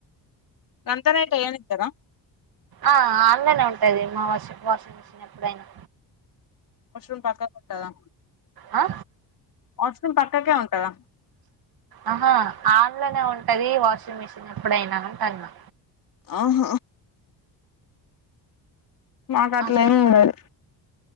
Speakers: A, on the left; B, on the right.
A: గంతరేటు ఎయనిత్తరా
B: ఆ ఆన్ లోనే ఉంటది మా వాషిప్ వాషింగ్ మిషన్ ఎప్పుడైనా
A: వాష్రూమ్ పక్కకు ఉంటదా
B: ఆ
A: వాష్రూమ్ పక్కకే ఉంటదా
B: ఆహా ఆన్లోనే ఉంటది వాషింగ్ మిషిన్ ఎప్పుడైనా అంటాన్నా
A: అహ మాకు అట్లెం
B: అ
A: ఉండదు